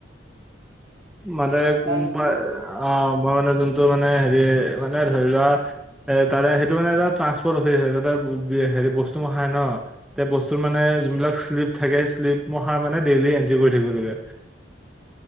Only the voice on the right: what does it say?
ডাটা
এন্ট্ৰি
কৰিব লাগে